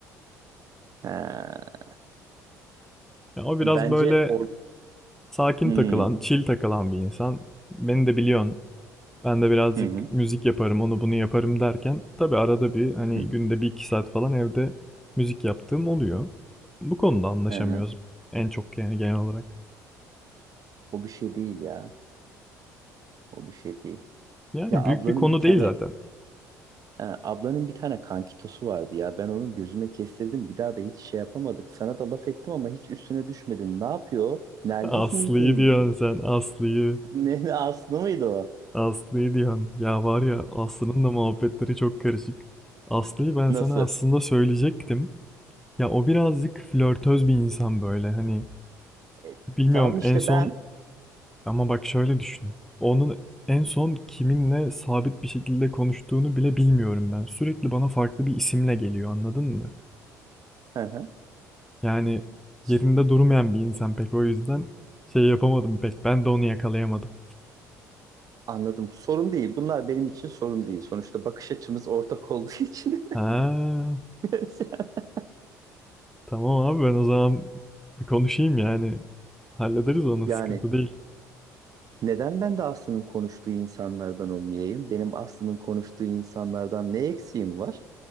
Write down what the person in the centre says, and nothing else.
Ya o biraz
böyle
sakin
takılan, chill takılan bir insan. Beni de biliyorsun. Ben de birazcık
müzik yaparım, onu bunu yaparım derken tabii arada bir hani
günde bir iki saat falan evde müzik yaptığım oluyor. Bu konuda anlaşamıyoruz
en çok yani genel olarak.
Yani
büyük bir konu
değil zaten.
<laughs> Aslı'yı
diyorsun sen, Aslı'yı.
Aslı'yı diyorsun. Ya var ya Aslı'nın da muhabbetleri çok karışık. Aslı'yı ben
sana aslında söyleyecektim. Ya o birazcık flörtöz bir insan böyle. Hani
bilmiyorum
en son
ama bak şöyle düşün. Onun en son kiminle sabit bir şekilde konuştuğunu bile bilmiyorum ben. Sürekli bana farklı bir isimle geliyor anladın mı?
Yani
yerinde durmayan bir insan pek o yüzden şey yapamadım pek. Ben de onu yakalayamadım.
Ha.
Tamam abi ben o zaman bir konuşayım yani. Hallederiz onu
sıkıntı değil.